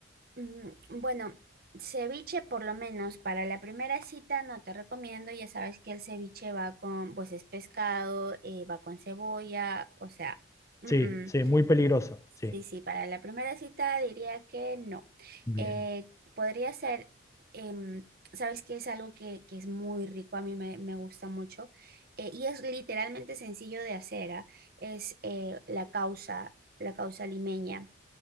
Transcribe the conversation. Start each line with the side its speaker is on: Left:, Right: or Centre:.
Right: Mm, Bueno, ceviche por lo menos para la primera cita no te recomiendo, ya sabes que el ceviche va con, pues es pescado, eh, va con cebolla, o sea... mm,
Left: Sí, sí,
Right: mm.
Left: muy peligroso. Sí,
Right: Sí, sí, para la primera cita diría que no.
Left: bien.
Right: Eh, podría ser, em, sabes que es algo que, que es muy rico, a mí me, me gusta mucho, eh, y es literalmente sencillo de hacer, ¿ah? Es eh, la causa, la causa limeña.